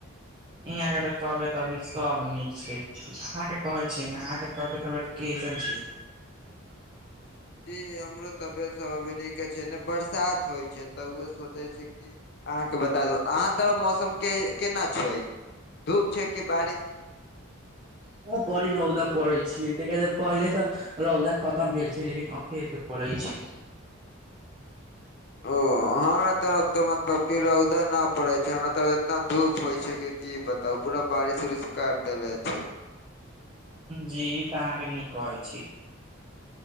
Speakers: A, on the right (about 20°); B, on the left (about 50°).
A: यहाँ के त तबतबी सब नीक छै, अहा के कहे छै ने अहाँ के तबिय उबियत केसन छै?
B: जी हमरो तबियत सब अभी के छै, ने बरसात होइ छै त उए सोचे छै कि अहाँके बता दू, अहाँ तर मौसम के केना छै? धूप छै। कि बारिश छै
A: बड़ी रौदा पड़े छिय, तादर पहिले तऽ रौदा खतम भेल छै, लेकिन अखेल पड़ै छै।
B: ओ हमरा तरफ तऽ मतलब क रौदा न पड़े छै, हमरा तरफ एतना धूप होइ छै कि, की बता तब पूरा बारिश -उरिश काट देले छै।
A: जी ई तऽ अहाँके नीक कहै छी।